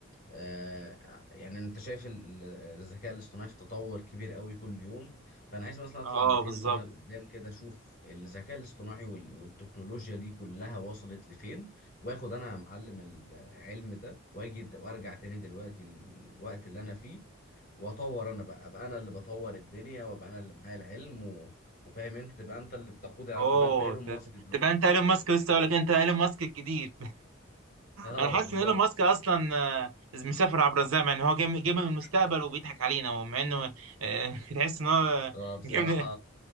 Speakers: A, on the left (about 40°); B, on the right (about 85°).
A: آه، يعني انت شايف ال- الذكاء الاصطناعي في تطور كبير قوي كل يوم فانا عايز مثلا اطلع
B: اه
A: 200
B: بالظبط
A: سنة لقدام كده اشوف الذكاء الاصطناعي وال- والتكنولوجيا دي كلها وصلت لفين واخد انا يا معلم العلم ده واجي د- وارجع تاني دلوقتي الوقت اللي انا فيه واطور انا بقى ابقى انا اللي بطور الدنيا وابقى انا اللي معايا العلم و... وفاهم انت تبقى انت اللي بتقود يعني
B: اوه
A: تبقى انت ايلون
B: ده-
A: ماسك
B: ده-
A: دلوقتي
B: تبقى انت ايلون ماسك لسه اقول لك انت ايلون ماسك الجديد
A: اه
B: انا حاسس
A: بالظبط
B: ان ايلون ماسك اصلا آه، مسافر عبر الزمن يعني هو جاي من جاي من المستقبل
A: <laughs>
B: وبيضحك علينا مع انه آه، <laughs> تحس ان هو
A: هو بصراحة
B: جاي من